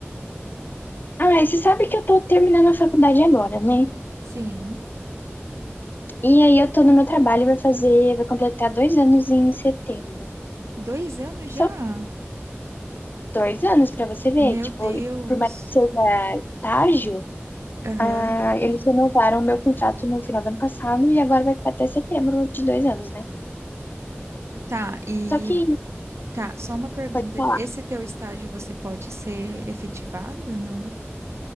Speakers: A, on the left (about 45°); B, on the right (about 80°).
A: Ai, você sabe que eu tô terminando a faculdade agora, né?
B: Sim,
A: E aí eu tô no meu trabalho, vai fazer, vai completar dois anos em setembro.
B: dois anos
A: Só
B: já?
A: dois anos pra você ver,
B: Meu
A: tipo,
B: Deus.
A: por mais que seja estágio,
B: Aham.
A: ah, eles renovaram o meu contrato no final do ano passado e agora vai ficar até setembro de dois anos, né?
B: Tá, e
A: Só que,
B: tá, só uma pergunta.
A: pode falar.
B: Esse teu estágio você pode ser efetivado? Não?